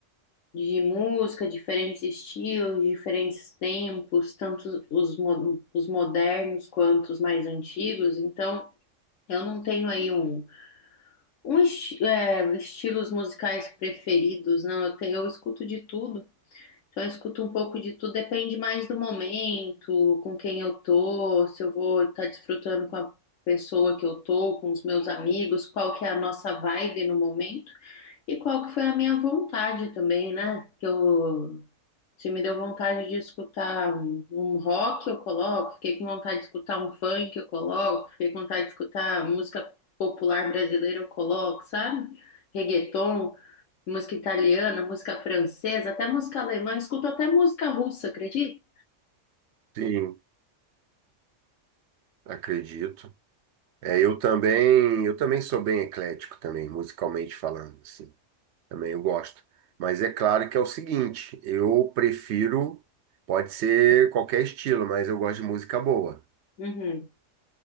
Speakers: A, on the left; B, on the right.
A: de música, diferentes estilos, diferentes tempos, tanto os, mo- os modernos quanto os mais antigos. Então, eu não tenho aí um, um esti- é, estilos musicais preferidos, não. Eu, te- eu escuto de tudo. Então, eu escuto um pouco de tudo, depende mais do momento, com quem eu tô, se eu vou estar desfrutando com a pessoa que eu tô, com os meus amigos, qual que é a nossa vibe no momento e qual que foi a minha vontade também, né? Que eu se me deu vontade de escutar um, um rock, eu coloco. Fiquei com vontade de escutar um funk, eu coloco. Fiquei com vontade de escutar música popular brasileira, eu coloco, sabe? Reggaeton, música italiana, música francesa, até música alemã. Escuto até música russa, acredita?
B: Sim, acredito. É, eu também, eu também sou bem eclético também, musicalmente falando, assim. Também eu gosto. Mas é claro que é o seguinte, eu prefiro, pode ser qualquer estilo, mas eu gosto de música boa,
A: Uhum.